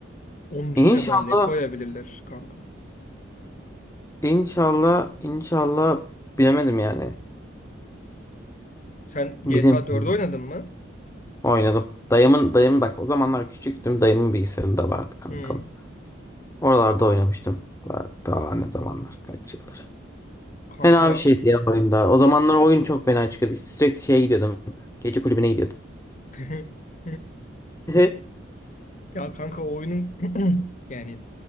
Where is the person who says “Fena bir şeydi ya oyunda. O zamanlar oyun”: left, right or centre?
Left